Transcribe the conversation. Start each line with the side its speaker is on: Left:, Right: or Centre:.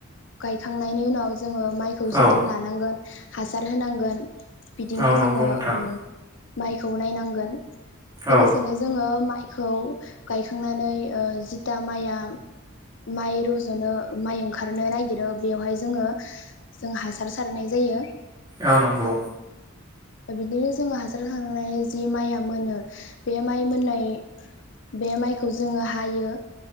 Left: गायखांनायनि उनाव जोङो माइखौ जोथोन
Right: औ
Left: लानांगोन। हासार होनांगोन। बिदिनो
Right: औ नंगौ
Left: जोङो
Right: नोंथां
Left: ओम माइखौ नायनांगोन। लोगोसेनो
Right: औ
Left: जोङो माइ माइखौ गायखांनानै जिता माइया माइ रुज'नो माइ ओं नागिरो बेवहाय जोङो जों हासार सारनाय जायो।
Right: औ नंगौ।
Left: बिदिनो जोङो हासार थांनानै जि माइया मोनो बे माइ मोननाय बे माइखौ जोङो हायो।